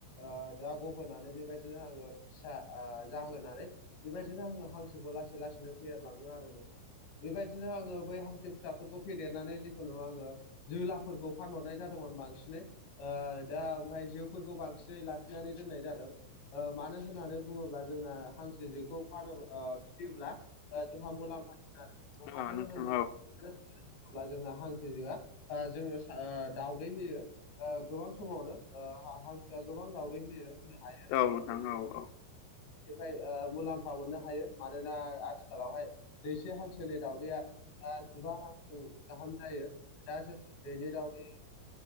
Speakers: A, on the left; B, on the left.
A: ओ दा गहोनानै बेबायदिनो आङो फिसा आ जाहोनानै बेबायदिनो आङो हांसोखौ लासै लासैनो फेहेरलाङो आरो नोंथां बेबायदिनो आङो बै हांसो फिसाफोरखौ फेदेरनानै जेखुनु आङो जोलाफोरखौ फानहरनाय जादोंमोन बांसिनै ओ दा ओमफ्राय जिउफोरखौ बांसिनै लाखिनानै दोननाय जादों ओ मानो होननानै बुङोब्ला जोंना हांसो जेखौ फानो फियोब्ला ओ जोंहा मुलाम्फा जागोन
B: नोंथां
A: आरो <unintelligible> अब्ला जोंना हांसो जोआ ओ जोङो सा दाउदै होयो ओ गोबां समावनो हांसोआ गोबां दाउदै होयो होनो हायो
B: औ नोंथां औ औ
A: बेनिफ्रय ओ मुलाम्फा मोननो हायो मानोना आथिखालावहाय दैसे हांसोनि दाउदैया ओ जिबा रांसिम गाहाम जायो दा जों दैनै दाउदै